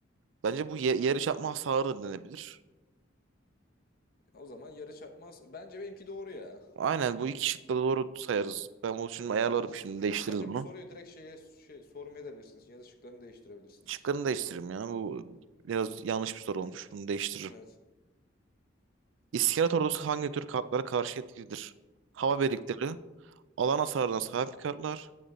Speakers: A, on the right (about 70°); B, on the left (about 50°).
A: bence bu ye yarı çarpma hasarı denebilir.
B: O zaman yarı çarpmaz. Bence benimki doğru ya.
A: Aynen bu iki şık da doğru sayarız. Ben bunu şimdi ayarlarım şimdi değiştiririz
B: Bence
A: bunu.
B: bu soruyu direkt şeye şey, sormaya da bilirsiniz. Yazı şıklarını değiştirebilirsiniz.
A: Şıklarını değiştiririm ya. Bu biraz yanlış bir soru olmuş. Bunu değiştiririm.
B: Evet.
A: İskelet ordusu hangi tür kartlara karşı etkilidir? Hava birlikleri,
B: Hı hı.
A: alan hasarına sahip kartlar,